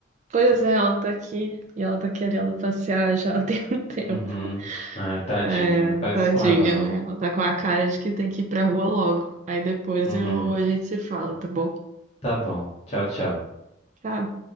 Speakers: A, on the right (about 40°); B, on the left (about 35°).
A: pois é, ela tá aqui e ela tá querendo passear já <laughs> tem um tempo.
B: Uhum. Ai, tadinha.
A: É,
B: Não faz
A: tadinha,
B: isso com ela, não.
A: né? Ela tá com a cara de que tem que ir pra rua logo. Aí depois
B: Uhum.
A: eu, a gente se fala, tá bom?
B: Tá bom. Tchau, tchau.
A: Tchau.